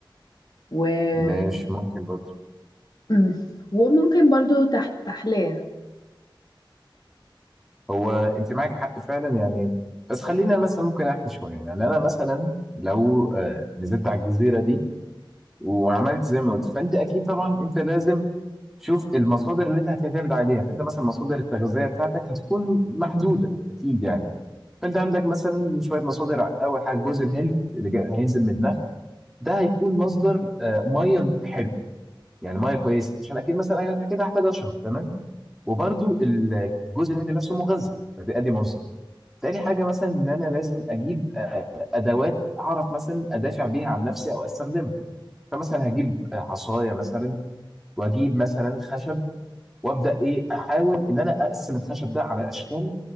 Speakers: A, on the left; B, in the centre.
A: و
B: ماشي ممكن برضه
A: مم. وممكن برضو تح... تحلية
B: هو انت معاك حق فعلا يعني بس خلينا مثلا ممكن احكي شويه يعني انا مثلا لو آه، نزلت على الجزيره دي وعملت زي ما قلت فانت اكيد طبعا انت لازم تشوف المصادر اللي انت هتعتمد عليها فانت مثلا مصادر التغذيه بتاعتك هتكون محدوده اكيد يعني فانت عندك مثلا شويه مصادر اول حاجه جوز الهند اللي جاي هينزل منها ده هيكون مصدر آه، ميه حلو يعني ميه كويسه عشان اكيد مثلا انا كده هحتاج اشرب تمام وبرده الجوز الهند نفسه مغذي فده ادي مصدر تاني حاجه مثلا ان انا لازم اجيب آه، ادوات اعرف مثلا ادافع بيها عن نفسي او استخدمها فمثلا هجيب آه، عصايه مثلا واجيب مثلا خشب وابدا ايه احاول ان انا اقسم الخشب ده على اشكال